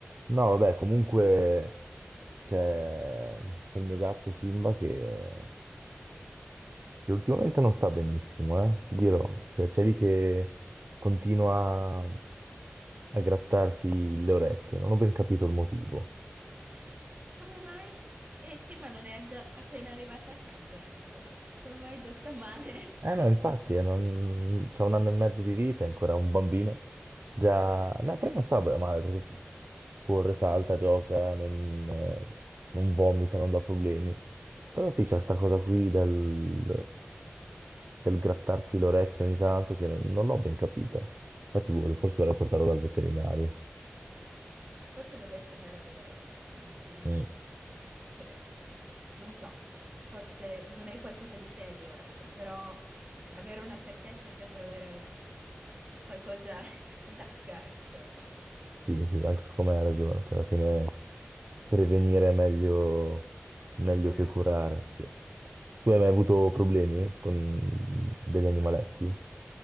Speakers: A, on the right; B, on the right.
A: No, vabbè, comunque c'è c'è il mio gatto Simba che, che ultimamente non sta benissimo, eh? Ti dirò, se c'è lì che continua a grattarsi le orecchie, non ho ben capito il motivo.
B: Come mai? Eh sì, ma non è già appena arrivata a casa, ecco. Come mai già sta male?
A: Eh no, infatti, eh, non... c'ha un anno e mezzo di vita, è ancora un bambino, già... No, però non sta male perché corre, salta, gioca, non, eh, non vomita, non dà problemi. Però sì, c'è sta cosa qui del, del grattarsi l'orecchio ogni tanto, che non, non l'ho ben capita. Infatti, boh, forse dovrei portarlo dal veterinario.
B: <laughs> Forse dovresti andare a vedere un attimo, sì, anche
A: Mm.
B: secondo me, perché non so, forse non è qualcosa di serio, ecco, però avere una certezza è sempre avere qualcosa <laughs> in tasca, ecco,
A: Sì, sì, anche secondo me hai ragione. Cioè, alla fine prevenire è meglio, meglio
B: che curare.
A: che curare, sì. Tu hai mai avuto
B: E beh,
A: problemi con degli animaletti?